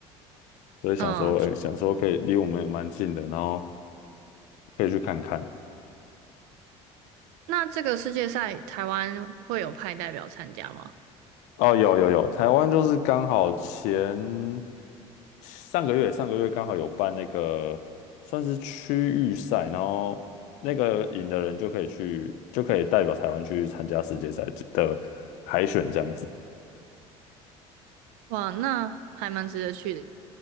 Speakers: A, on the left; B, on the right.
A: 所以想说，
B: 嗯，
A: 哎，想说可以离我们也蛮近的，然后可以去看看。
B: 那这个世界赛台湾会有派代表参加吗？
A: 哦，有有有，台湾就是刚好前上个月上个月刚好有办那个算是区域赛，然后那个赢的人就可以去就可以代表台湾去参加世界赛的海选这样子。
B: 哇，那还蛮值得去的，